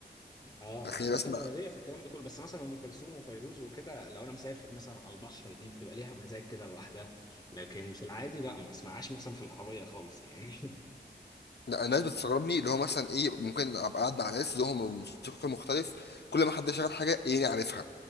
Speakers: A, on the left; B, on the left.
A: اه
B: هتلاقيني
A: انا عامه
B: بسمع
A: انا ليا في الكلام ده كله بس مثلا ام كلثوم وفيروز وكده لو انا مسافر مثلا على البحر دي بتبقى ليها مزاج كده لوحدها لكن في العادي لا ما اسمعهاش مثلا في العربيه خالص يعني <laughs>
B: لا الناس بتستغربني اللي هو مثلا ايه ممكن ابقى قاعد مع ناس ذوقهم الموسيقى مختلف كل ما حد شغال حاجه ايه عارفها